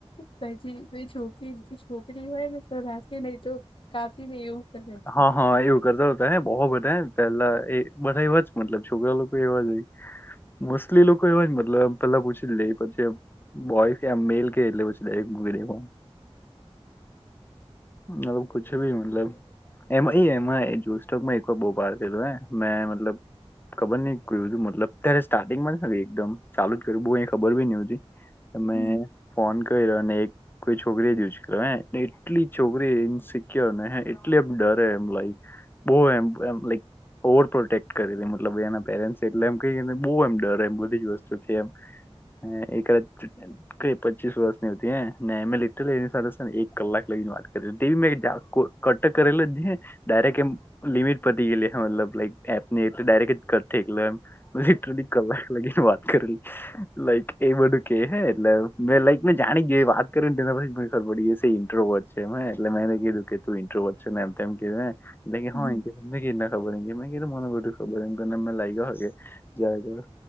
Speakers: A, on the left (about 55°); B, on the left (about 20°).
A: પછી કોઈ છોકરી છોકરી હોય ને રા કે નહી તો કાપીને એવું કરે.
B: હા હા એવું કરતા હોતા હે બહ બ હ પેલા એ બધા એવા જ મતલબ છોકરા લોકો એવા જ હોય મોસ્ટલી લોકો એવા જ મતલબ પેલા પૂછી લે પછી બોય કેમ મેલ કે એટલે પૂછી લે વિડિયો કોન મતલબ કુછ ભી મતલબ એમાં એમાં <unintelligible> એક વાર બહુ પાર થયેલું હ મે મતલબ ખબર નહ કોઈ બધું મતલબ અત્યારે સ્ટાર્ટિંગમાં એકદમ ચાલુ જ કર્યું બહુ ખબર બી ની હુતી. તમે
A: હમ
B: ફોન કર્યો અને કોઈ છોકરી જ ઉંચકેલો ને એટલી છોકરી ઇન્સિક્યોર ને એટલી આમ ડરે લાઈક બો એમ લાઈક ઓવર પ્રોટેક્ટ કરેલી મતલબ એના પેરેન્ટ એટલે એમ કહીને બહુ એમ ડર એમ બધી જ વસ્તુથી એમ એકાદા કઈ પચીસ વર્ષનીતી હ મેં લીધ એની સાથેને એક કલાક લગી વાત <unintelligible> મે કરેલો ડાયરેક્ટ લિમિટ પતી ગ હે મતલબ લાઈક એપ એટલે ડાયરેક્ટટ થલે એમ પછીટ કલાક લાગીને વાત કરે લાઈક એ બધું કે હે એટલે મેં લાઈક મેં જાણી ગય વાત કર્યું ને તેના પછી મને ખબર પડી જ ઈન્ટ્રોવેર્ટ છે હે એટલે મે એને કીધું કે તું ઈન્ટ્રોવેર્ટ છે મે એમ તેમ કીધું હે હા
A: હમ
B: તમને કેવી રીતના ખબર કે મને બધું ખબર એમનેમે લાગ્યા કે જ